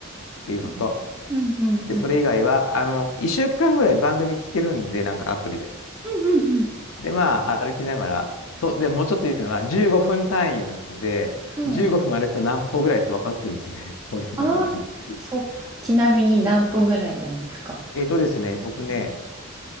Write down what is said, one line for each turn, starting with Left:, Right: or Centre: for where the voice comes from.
Left: ていうのと、
Right: うん。うん。うん。
Left: で、
Right: うん。
Left: それ以外は、あの、1週間ぐらい番組聞けるんで、なんかアプリで。
Right: うんうん。
Left: で、まあ、歩きながら、そう、で、もうちょっといいのは、15分単位なので、
Right: はい。
Left: 15分歩くと何歩ぐらいって分かってるので、<laughs> そういうのもありっていう。
Right: ああ、そうか。ちなみに何分ぐらいなんですか
Left: そうそうそう。えっとですね、僕ね、
Right: はい。